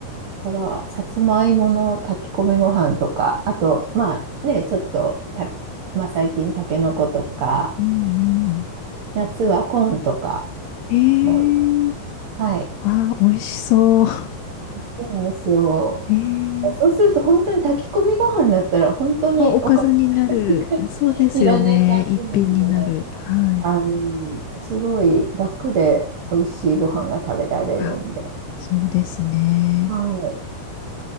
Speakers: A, on the right; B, on the left.
A: から、さつまいもの炊き込みご飯とか、あと、まあね、ちょっとた、まあ最近、たけのことか、
B: うん、うん。
A: 夏はコーンとか
B: ええ
A: も、はい、
B: ああ、美味しそう。
A: いいんですよ。
B: ええ
A: そうすると本当に炊き込みご飯だったら本当におかずが
B: もうおかずになる。そうですよね。
A: いらない感じなんで、
B: 一品になる。はい。
A: あの、すごい楽で美味しいご飯が食べられるんで、
B: あ、そうですね。
A: はい。